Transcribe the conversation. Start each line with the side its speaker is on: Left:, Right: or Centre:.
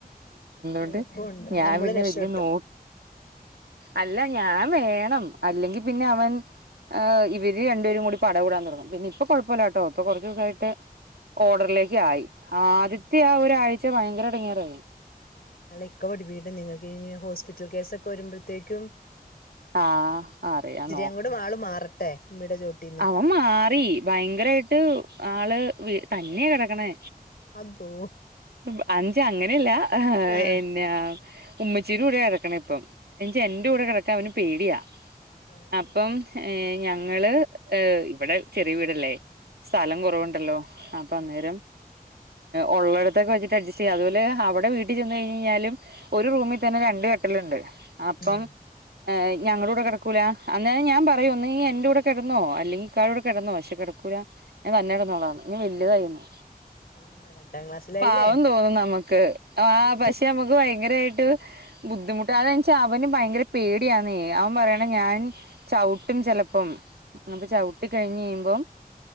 Right: ണ്ട്
Left: എളുപ്പമുണ്ട്
Right: ഞാൻ
Left: നമ്മള്
Right: പിന്നെ
Left: രക്ഷപ്പെട്ടു
Right: വലിയ നോ അല്ല ഞാൻ വേണം അല്ലെങ്കിൽ പിന്നെ അവൻ ഇവര് രണ്ടേരും കൂടി പട കൂടാൻ തൊടങ്ങും പിന്നെ ഇപ്പൊ കുഴപ്പമില്ല കേട്ടോ ഇപ്പൊ കുറച്ച് ദിവസ ആയിട്ട് ഓർഡറിലേക്ക് ആയി ആദ്യത്തെ
Left: ഉം
Right: ആഹ് ഒരു ആഴ്ച ച്ച ഭയങ്കര ഇടങ്ങിയറായിരുന്നു
Left: ഉം അല്ല ഇക്ക പടിപികട്ടെ നിങ്ങൾക്ക് ഇനി ഹോസ്പിറ്റൽ കേസ്ക്കെ വരുമ്പോഴത്തേക്കും
Right: ആഹ് അറിയാം
Left: ഇച്ചിരി അങ്ങോട് ആള് മാറട്ടെ ഉമ്മീടെ ചോട്ടീന്ന്
Right: അപ്പ മാറി ഭയങ്കരായിട്ട് ആള് തന്നെയ കിടക്കണേ
Left: അതോ
Right: ഉം അഞ്ച് അങ്ങനെല്ല
Left: ആഹ്
Right: എന്നാ ഉമ്മച്ചിട കൂടെ കിടക്കണ ഇപ്പൊ എനി
Left: ആഹ്
Right: എന്റെ കൂടെ കിടക്കാൻ അവന് പേടിയാ
Left: ആഹ്
Right: അപ്പം
Left: ആഹ്
Right: ഏഹ് ഞങ്ങള് ഏർ ഇവിടെ ചെറിയ വീടല്ലേ സ്ഥലം
Left: ഉം
Right: കുറവുണ്ടല്ലോ അപ്പൊ
Left: ഉം
Right: അന്നേരം ഉള്ളടത്തൊകെ വെച്ച് അഡ്ജസ്റ്റ് ചെയ്യാം അതുപോലെ അവിടെ വീട്ടിൽ ചെന്ന് കഴിഞ്ഞാലും ഒരു റൂമിൽ തന്നെ രണ്ട് കാട്ടിൽ ഉണ്ട് അപ്പം
Left: ഉം
Right: ഞങ്ങള കൂടെ കിടക്കൂല അന്ന ഞാൻ പറയൂന്ന് ഒന്നുകിൽ നി എന്റ കൂടെ കട ന്നോ അല്ലെങ്കിൽ ഇക്കാടെ കൂടെ കിടന്നോ പക്ഷെ കിടക്കൂല ഞാൻ തന്നെ
Left: ഉം
Right: കിടന്നോള എന്ന് ഞൻ വലുതായി എന്ന്
Left: ആഹ് രണ്ടാം ക്ലാസ്സിലായില്ലേ
Right: പാവം തോന്നും നമുക്ക് ആഹ്
Left: ഉം
Right: പക്ഷെ നമുക്ക് ഭയങ്കരമായിട്ട് ബുദ്ധിമുട്ട് അതെച്ച അവന് ഭയങ്കര പേടിയന്ന് അവൻ പറയണ ഞാൻ ചവിട്ടും ചിലപ്പം ചവിട്ട ട്ടി കഴിഞ്ഞ് കഴിയുമ്പോ